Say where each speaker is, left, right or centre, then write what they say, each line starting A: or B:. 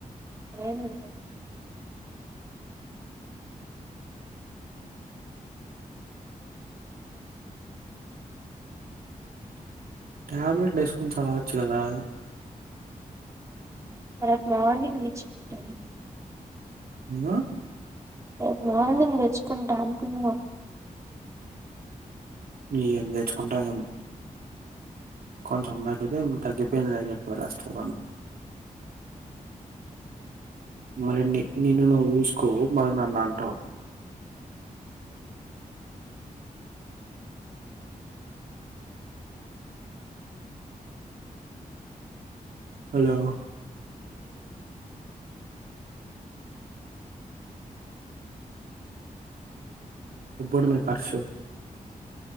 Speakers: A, on the right (about 20°); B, on the right (about 75°).
A: ఏం లేదు
B: టాబ్లెట్లు ఏసుకొని చావచ్చు గదా
A: రేపు మార్నింగ్ తెచ్చుకుంటాను
B: హు
A: ఏ నార్మల్ తెచ్చుకుంటా అంటున్న
B: నీయని తెచ్చుకుంటాదేమో కొంచెం భాగితే తగ్గిపోయింది అన్ని చెప్ రెస్ట్ ఇవన మరి నిన్ను నువ్వు చూసుకోవు మరి నన్ను అంటావ్ హలో ఎప్పుడు మే కర్సు